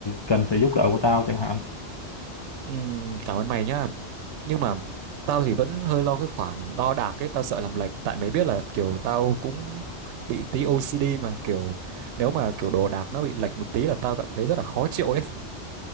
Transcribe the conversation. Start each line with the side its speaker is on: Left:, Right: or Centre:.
Left: cần sự giúp đỡ của tao chẳng hạn
Right: Ừm, cảm ơn mày nhá. Nhưng mà tao thì vẫn hơi lo cái khoản đo đạc ấy, tao sợ làm lệch tại mày biết là kiểu tao cũng bị tí OCD mà kiểu nếu mà kiểu đồ đạc nó bị lệch một tí là tao cảm thấy rất là khó chịu ấy.